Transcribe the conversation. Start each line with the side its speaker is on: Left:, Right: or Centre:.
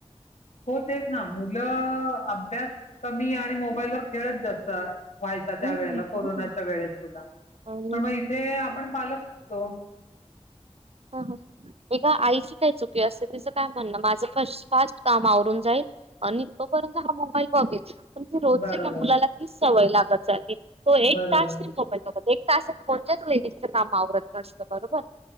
Left: हो तेच ना मुलं अभ्यास कमी आणि मोबाईलवर खेळत जास्त व्हायचा
Right: हं,
Left: त्या वेळेला
Right: हं,
Left: कोरोनाच्या
Right: हं.
Left: वेळेस सुद्धा
Right: आणि
Left: पण मग इथे आपण पालकतो
Right: ह एका आईची काय चुकी असते तिचं काय म्हणणं माझं <unintelligible> कामावरून जाईल. आणि तोपर्यंत ब रोज
Left: बरोबर
Right: मुलालाी सवय लागत ज तो एक
Left: बरोबर
Right: तासल त कोण लेज कामवरत <unintelligible> <unintelligible> कसत बरोबर